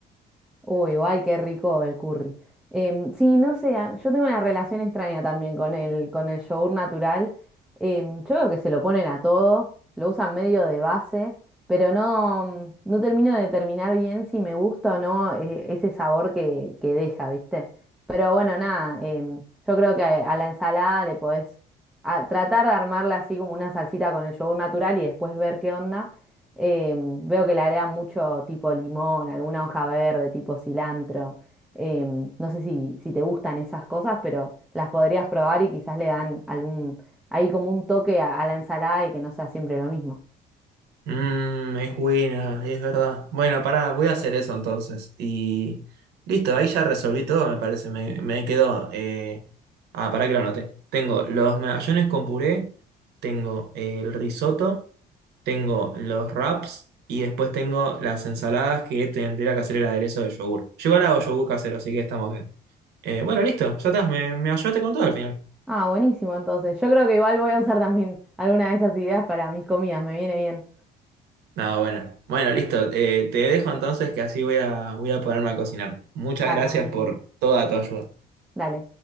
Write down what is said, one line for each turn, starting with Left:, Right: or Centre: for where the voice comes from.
Centre: Uy, guay, qué rico el curry. Em, sí, no sé, a- yo tengo una relación extraña también con el, con el yogur natural. Em, yo veo que se lo ponen a todo, lo usan medio de base, pero no, no termino de determinar bien si me gusta o no eh, ese sabor que, que deja, ¿viste? Pero bueno, nada, em, yo creo que a a la ensalada le podés a- tratar de armarla así como una salsita con el yogur natural y después ver qué onda. Eh, veo que le agrega mucho tipo limón, alguna hoja verde, tipo cilantro. Eh, no sé si, si te gustan esas cosas, pero las podrías probar y quizás le dan algún, ahí como un toque a, a la ensalada y que no sea siempre lo mismo.
Right: Mm, es buena, es verdad. Bueno, pará, voy a hacer eso entonces. Y listo, ahí ya resolví todo, me parece. Me, me quedó. eh, Ah, pará que lo anoté. Tengo los medallones con puré, tengo el risotto, tengo los wraps y después tengo las ensaladas que tendría que hacer el aderezo de yogur. Yo igual hago yogur casero, así que estamos bien. Eh, bueno, listo, ya estás, me, me ayudaste con todo al final.
Centre: Ah, buenísimo, entonces. Yo creo que igual voy a usar también alguna de esas ideas para mis comidas, me viene bien.
Right: No, bueno. Bueno, listo. Eh, te dejo entonces que así voy a, voy a ponerme a cocinar. Muchas
Centre: Dale,
Right: gracias
Centre: buenísimo.
Right: por toda tu ayuda.
Centre: Dale.